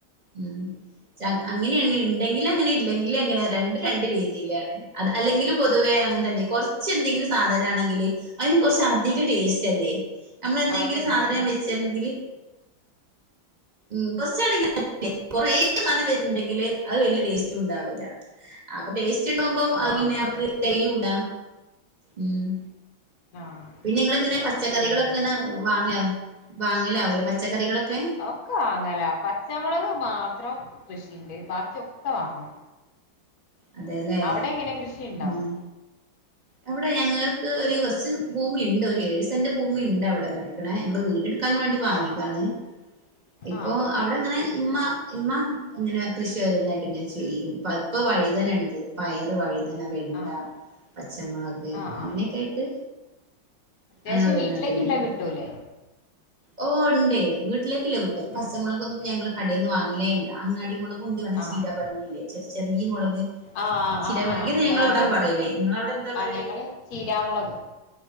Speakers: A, on the right; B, on the left.
A: ഉം അങ്ങനെയാണ് ഇണ്ടെങ്കിലങ്ങനെ ഇല്ലെങ്കിലങ്ങനെ രണ്ടും രണ്ട് രീതിയിലാണ് അത് അല്ലെങ്കിലും പൊതുവേ അങ്ങൻതന്നെ കൊറച്ച് എന്തെങ്കിലും സാധനാണെങ്കില് അയിന് കുറച്ച് അധികം ടേസ്റ്റല്ലേ നമ്മൾ എന്തെങ്കിലും
B: അതുണ്ട്
A: സാധനം വെച്ചെങ്കില് ഉം കൊറച്ചാണെങ്കില് <unintelligible> കൊറേ സാധനം വരുന്നുണ്ടെങ്കില് അത് വല്യ ടേസ്റ്റുണ്ടാ ല്ല അപ്പൊ ടേസ്റ്റുണ്ടാമ്പം അത്
B: ആഹ്
A: പിന്നെ
B: അതെ
A: അവക്ക് തെയ്യൂല ഉം
B: ആഹ്
A: പിന്നെ ഇങ്ങളെങ്ങനെ
B: അതൊക്കെ
A: പച്ചക്കറികളൊക്കെണ
B: ശരിയന്നെ
A: വാങ്ങ വാങ്ങലാവൂലെ പച്ചക്കറികളൊക്കെ
B: ഒക്കെ വാങ്ങലാ പച്ചമുളക് മാത്രം കൃഷിയ്ണ്ട് ബാക്കിയൊക്കെ വാങ്ങും
A: അതെല്ലേ
B: അവിടെ എങ്ങനെ കൃഷി ഇണ്ടോ
A: ഉം അവിടെ ഞങ്ങൾക്ക് ഒരു കുറച്ച് ഭൂമിയ്ണ്ട് ഒരു ഏഴ് സെന്റ് ഭൂമിയ്ണ്ട് അവിടെ കിടക്കണെ ഞങ്ങള് വീട് ഇട്ക്കാൻ വേണ്ടി വാങ്ങിയതാണ്
B: ആഹ്
A: ഇപ്പോ
B: ആഹ്
A: അവിടെ ഇങ്ങനെ ഇമ്മ ഇമ്മ ഇങ്ങനെ കൃഷി ഓരോന്നായിട്ട് ഇങ്ങനെ ചെയ്യും ഇപ്പ വഴുതനണ്ട് പയറ് വഴുതന വെണ്ട
B: ആഹ്
A: പച്ചമുളക്
B: ആഹ്
A: അങ്ങനെയൊക്കെ
B: ആഹ്
A: ആയിട്ട്
B: അത്യാവശ്യം
A: അങ്ങനെ ഒരോന്നായിട്ട്
B: വീട്ടിലേക്കുള്ളത്
A: ഇങ്ങനെണ്ട്
B: കിട്ടൂലേ
A: ഓ ഉണ്ടേ വീട്ടിലേക്കല്ലേ കിട്ടും പച്ച
B: ഉം
A: മുളക് ഇന്നിട്ട് ഞങ്ങൾ കടേന്ന് വാങ്ങലേല്ല അങ്ങാടി മുളകും ഉണ്ട് അ
B: ആഹ്
A: ചീനാ പറങ്കില്ലേ ചെറിയ ചെറിയ മുളക്
B: ആഹ് ആഹ്
A: ചീനപറങ്കി
B: ആഹ് ആഹ് നമ്മളെ
A: ഞങ്ങളവിടെക്കെ പറയല് ഇങ്ങളെ അവിടെ എന്താ
B: ആഹ്
A: പറയല്
B: ഞങ്ങള് ചീരാമുളക്